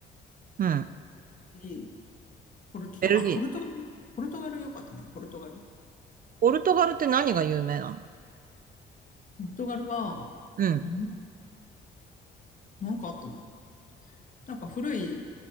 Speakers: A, on the right; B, on the left.
A: うん。
B: ベルギーポルトガル、
A: ベルギー。
B: あ、ポルトガル、ポルトガル良かったね、ポルトガル。
A: ポルトガルって何が有名なの
B: ポルトガルは、
A: うん、
B: なんだ、なんかあったな。なんか古い遺